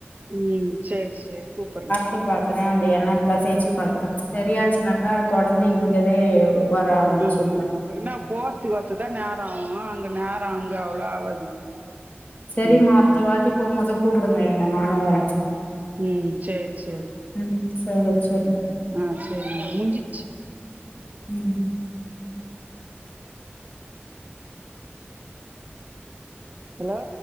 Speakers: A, on the right; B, on the left.
A: ம் செர் செரி கூப்பற்றே
B: ட்டு பாக்குறே அந்த எண்ணெ நல்லா தேச்சு பாக்குறே சரியாச்சுனாக்கா தொடர்ந்து இங்கவே வர ஆரம்பிச்சிருவே
A: ம் ம் நம்புளுக்கு என்னா போர்த்துக் வர்த்துக்தா நேரோ ஆவூ அங்க நேரோ
B: ஆ
A: அங்க அவ்ளோ ஆவாது
B: சரிம்மா
A: ம்
B: அடுத்த வாட்டி போம்போது கூப்பிடுங்க என்ன நானூ வரே
A: ம் சேர் சேர்
B: ம் சேர் வெச்சிற்றே
A: ஆ சேரிமா முஞ்சிச்சி
B: ம்
A: ஹலோ